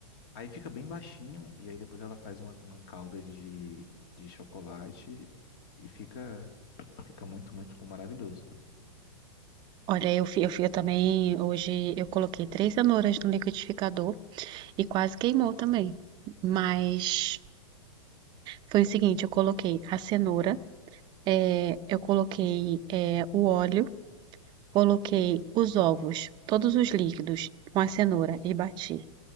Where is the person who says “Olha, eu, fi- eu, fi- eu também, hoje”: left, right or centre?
Right